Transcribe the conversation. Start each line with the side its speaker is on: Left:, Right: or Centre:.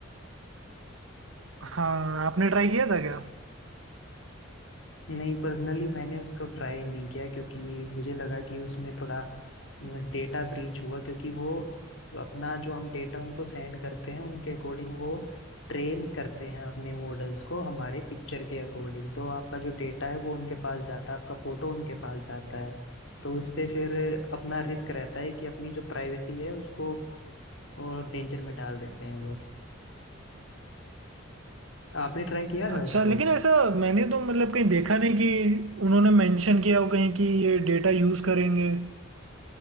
Right: हाँ आपने ट्राई किया था क्या
Left: नहीं पर्सनली मैंने उसको ट्राई नहीं किया क्योंकि मुझे लगा कि उसमें थोड़ा डेटा ब्रीच हुआ क्योंकि वो अपना जो हम डेटा उनको सेंड करते हैं उनके अकॉर्डिंग वो ट्रेन करते हैं अपने मॉडल्स को हमारे पिक्चर के अकॉर्डिंग तो आपका जो डेटा है वो उनके पास जाता है आपका फोटो उनके पास जाता है तो उससे फिर अपना रिस्क रहता है कि अपनी जो प्राइवेसी है उसको और डेंजर में डाल देते हैं वो आपने ट्राई किया
Right: अच्छा
Left: था उसको
Right: लेकिन ऐसा मैंने तो मतलब कहीं देखा नहीं कि उन्होंने मेंशन किया हो कहीं कि ये डेटा यूज करेंगे